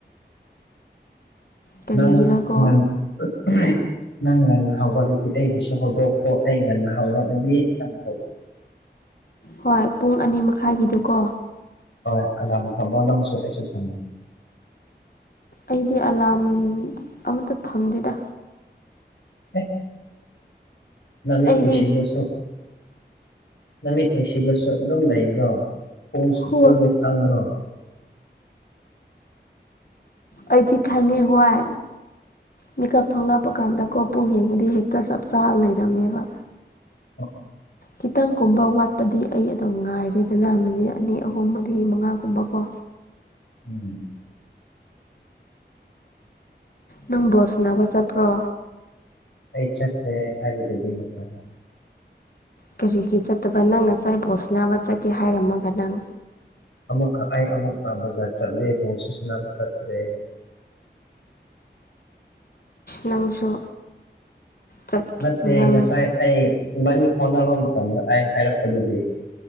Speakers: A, on the left; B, on the left.
A: ꯀꯔꯤꯒꯤꯔꯀꯣ
B: ꯅꯪ ꯅꯪ ꯎꯝꯍ꯫ ꯅꯪ ꯉꯟꯅ ꯍꯧꯒꯠꯂꯗꯤ ꯑꯩꯕꯨꯁꯨ ꯍꯧꯗꯣꯛꯀꯣ ꯑꯩ ꯉꯟꯅ ꯍꯧꯒꯠꯂꯗꯤ ꯅꯪꯕꯨ ꯍꯧꯗꯣ꯫
A: ꯍꯣꯏ ꯄꯨꯡ ꯑꯅꯤ ꯃꯈꯥꯏꯒꯤꯗꯨꯀꯣ꯫
B: ꯍꯣꯏ ꯑꯦꯂꯝ ꯊꯝꯃꯣ ꯅꯪꯁꯨ ꯑꯩꯁꯨ ꯊꯝꯅꯤ꯫
A: ꯑꯩꯗꯤ ꯑꯦꯂꯥꯝ ꯑꯃꯇ ꯊꯝꯗꯦꯗ꯫
B: ꯑꯦ ꯅꯃꯤꯠ
A: ꯑꯩꯗꯤ
B: ꯎꯏꯁꯤꯜꯂꯥꯁꯨ ꯅꯨꯃꯤꯠ ꯎꯏꯁꯤꯂꯥꯁꯨ ꯑꯗꯨꯝ ꯂꯩꯕ꯭ꯔꯣ ꯄꯨꯡ
A: ꯍꯣꯏ
B: ꯄꯣꯡꯗꯣ ꯈꯪꯕ꯭ꯔꯣ?
A: ꯑꯩꯗꯤ ꯈꯪꯉꯦ ꯍꯣꯏ ꯃꯤꯀꯞ ꯊꯣꯛꯂꯛꯄ ꯀꯥꯟꯗꯀꯣ ꯄꯨꯡ ꯌꯦꯡꯉꯗꯤ ꯍꯦꯛꯇ ꯆꯞ ꯆꯥ ꯂꯩꯔꯝꯃꯦꯕ꯫
B: ꯎꯝ꯫
A: ꯈꯤꯇꯪꯒꯨꯝꯕ ꯋꯥꯠꯄꯗꯤ ꯑꯩ ꯑꯗꯨꯝ ꯉꯥꯏꯔꯦꯗꯅ ꯃꯤꯅꯤꯠ ꯑꯅꯤ ꯑꯍꯨꯝ ꯃꯔꯤ ꯃꯉꯥꯒꯨꯝꯕꯀꯣ꯫
B: ꯎꯝ꯫
A: ꯅꯪ ꯕꯣꯜ ꯁꯅꯥꯕ ꯆꯠꯄ꯭ꯔꯣ?
B: ꯑꯩ ꯆꯠꯇꯦ ꯍꯥꯏꯔꯒꯗꯤ ꯃꯇꯝ꯫
A: ꯀꯔꯤꯒꯤ ꯆꯠꯇꯕ ꯅꯪ ꯉꯁꯥꯏ ꯕꯣꯜ ꯁꯥꯅꯥꯕ ꯆꯠꯀꯦ ꯍꯥꯏꯔꯝꯃꯒ ꯅꯪ꯫
B: ꯑꯃꯨꯛꯈ ꯑꯩ ꯑꯃꯨꯛꯀ ꯕꯖꯥꯔ ꯆꯠꯂꯦ ꯕꯣꯜꯁꯨ ꯁꯅꯥꯕ ꯆꯠꯇ꯭ꯔꯦ꯫
A: ꯅꯪꯁꯨ꯫ ꯆꯠꯈꯤ
B: ꯅꯠꯇꯦ
A: ꯅꯪ
B: ꯉꯁꯥꯏ ꯑꯩ ꯏꯕꯥꯅꯤ ꯈꯥꯎꯅꯕ ꯃꯇꯝꯗ ꯑꯩ ꯍꯥꯏꯔꯛꯄꯗꯨꯗꯤ꯫